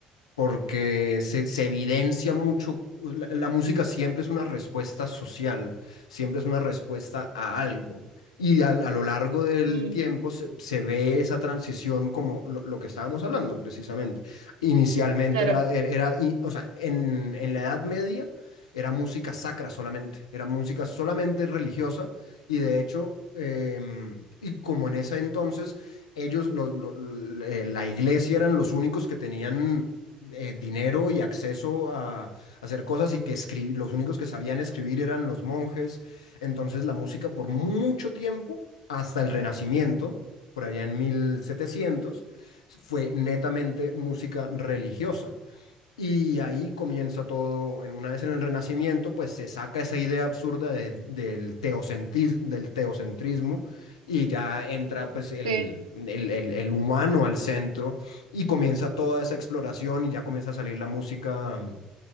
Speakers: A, on the left; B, on the right.
A: porque se, se evidencia mucho, la, la música siempre es una respuesta social, siempre es una respuesta a algo. Y al- a, lo largo del
B: Mm,
A: tiempo se, se ve esa transición como lo, lo que estábamos hablando precisamente. Inicialmente
B: claro,
A: era, era, era i- o sea, en, en la Edad Media era música sacra solamente, era música solamente religiosa y de hecho, em, y como en ese entonces ellos, lo- lo- l- eh, la iglesia eran los únicos que tenían eh, dinero y acceso a, a hacer cosas y que escri- los únicos que sabían escribir eran los monjes. Entonces la música por mucho tiempo, hasta el Renacimiento, por allá en mil setecientos fue netamente música religiosa. Y ahí comienza todo, en- una vez en el Renacimiento, pues se saca esa idea absurda de- del teocentis- del teocentrismo y ya entra pues el,
B: sí.
A: el, el- el humano al centro y comienza toda esa exploración y ya comienza a salir la música, mm,